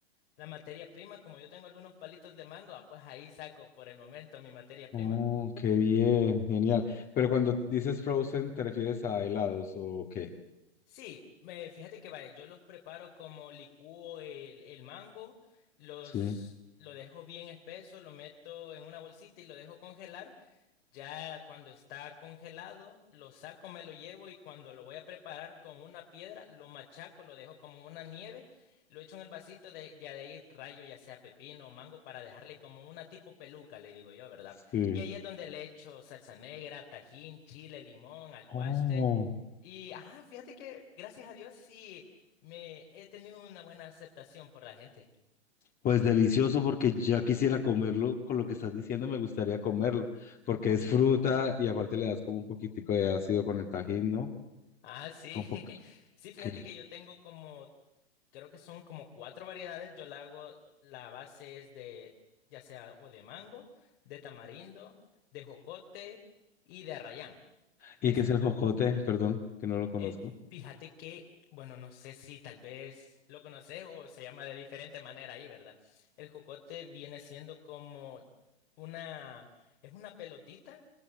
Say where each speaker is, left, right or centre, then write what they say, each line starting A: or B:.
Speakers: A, on the left; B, on the left.
A: la materia prima, como yo tengo algunos palitos de mango, ah, pues ahí saco por el momento mi materia prima.
B: Oh, qué bien, genial. Pero cuando dices frozen, ¿te refieres a helados o qué?
A: Sí, me, fíjate que vaya, yo los preparo como licúo el, el mango, los,
B: Sí.
A: lo dejo bien espeso, lo meto en una bolsita y lo dejo congelar. Ya cuando está congelado, lo saco, me lo llevo y cuando lo voy a preparar con una piedra, lo machaco, lo dejo como una nieve, lo echo en el vasito de ya de ahí rayo, ya sea pepino o mango, para dejarle como una tipo peluca, le digo yo, ¿verdad?
B: Sí.
A: Y ahí es donde le echo salsa negra, tajín, chile, limón, alguaste.
B: Oh,
A: Y ajá, fíjate que gracias a Dios sí me he tenido una buena aceptación por la gente.
B: pues delicioso porque ya quisiera comerlo. Con lo que estás diciendo, me gustaría comerlo porque es fruta y aparte le das como un poquitico de ácido con el tajín, ¿no?
A: Ah, sí.
B: Con
A: <laughs>
B: po-
A: Sí, fíjate
B: ¿qué?
A: que yo tengo como, creo que son como cuatro variedades. Yo la hago, la base es de, ya sea o de mango, de tamarindo, de jocote y de arrayán.
B: ¿Y
A: Esas
B: qué es el
A: cuatro.
B: jocote? Perdón, que no lo conozco.
A: Eh, fíjate que, bueno, no sé si tal vez lo conoces o se llama de diferente manera ahí, ¿verdad? El jocote viene siendo como una, es una pelotita